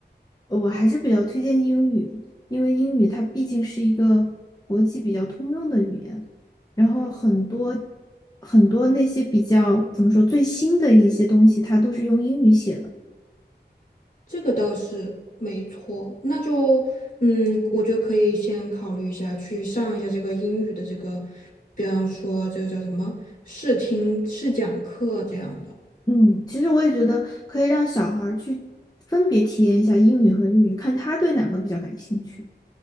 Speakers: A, on the left; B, on the left.
A: 呃我还是比较推荐英语，因为英语它毕竟是一个国际比较通用的语言，然后很多
B: 嗯，
A: 很多那些比较怎么说最新的一些东西，它都是用英语写的。
B: 这个倒是没错。那就嗯，我就可以先考虑一下，去上一下这个英语的这个，比方说这个叫什么试听试讲课这样的。
A: 嗯，其实我也觉得可以让小孩儿去分别体验一下英语和日语，看他对哪个比较感兴趣。